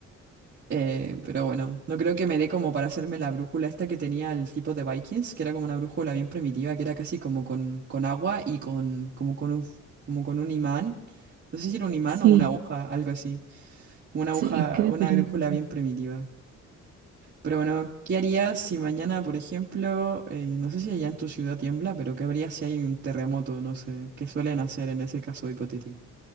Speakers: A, on the right (about 45°); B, on the right (about 85°).
A: Eh, pero bueno, no creo que me dé como para hacerme la brújula esta que tenía el tipo de Vikings, que era como una brújula bien primitiva, que era casi como con, con agua y con, como con un, f- como con un imán. No sé si era un imán
B: Sí,
A: o una aguja, algo así. Una aguja,
B: sí, creo
A: una
B: que era
A: brújula
B: una-
A: bien primitiva. Pero bueno, ¿qué harías si mañana, por ejemplo, eh, no sé si allá en tu ciudad tiembla, pero qué habría si hay un terremoto, no sé, qué suelen hacer en ese caso hipotético?